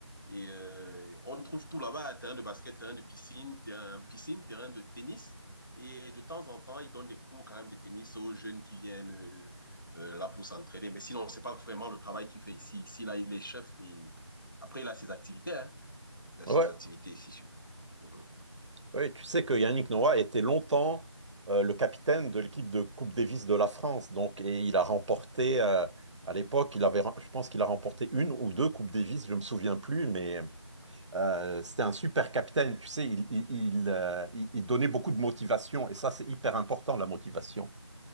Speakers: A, on the left; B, on the right.
A: Et euh, on trouve tout là-bas, terrain de basket, terrain de piscine, terrain, piscine, terrain de tennis. Et de temps en temps, ils donnent des cours quand même de tennis aux jeunes qui viennent euh, euh, là pour s'entraîner. Mais sinon, c'est pas vraiment le travail qu'il fait ici. Ici, là, il est chef et après, il a ses activités. hein. Il a
B: Ouais,
A: ses activités ici. sur- Mhm.
B: ouais, tu sais que Yannick Noah était longtemps euh, le capitaine de l'équipe de Coupe Davis de la France. Donc, et il a remporté, euh, à l'époque, il avait, rem- je pense qu'il a remporté une ou deux Coupes Davis, je ne me souviens plus, mais euh, c'était un super capitaine. Tu sais, il, il- il, euh, il- il donnait beaucoup de motivation. Et ça, c'est hyper important, la motivation.